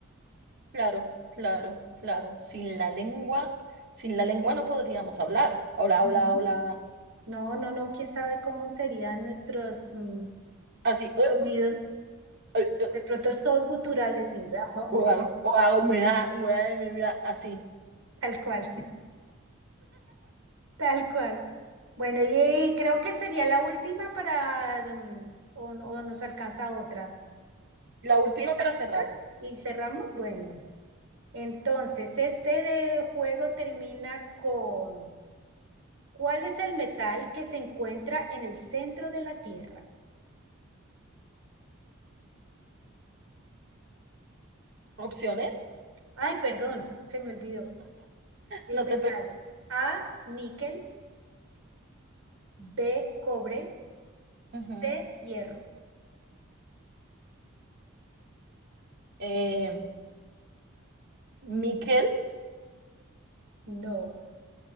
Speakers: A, on the right; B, on the right.
A: claro, claro, claro. Sin la lengua, sin la lengua no podríamos hablar. Hola,
B: Ujú.
A: hola, hola.
B: no, no, no, quién sabe cómo serían nuestros mm,
A: Así.
B: sonidos.
A: <laughs>
B: De pronto es todos guturales y...
A: O
B: <laughs>
A: hago, o hago mi, vida- mi vida así.
B: Tal cual, <laughs> tal cual. Bueno, y eh, creo que sería la última para, mm, o, no- o nos alcanza otra.
A: La última
B: ¿Esta
A: para
B: y
A: cerrar.
B: otra? Y cerramos. Bueno, entonces, este de juego termina con, ¿cuál es el metal que se encuentra en el centro de la Tierra?
A: Opciones.
B: Ay, perdón, se me olvidó. El
A: No
B: metal.
A: te preocupes.
B: A, níquel, B, cobre,
A: Ujú.
B: C, hierro.
A: Eh, níquel,
B: No,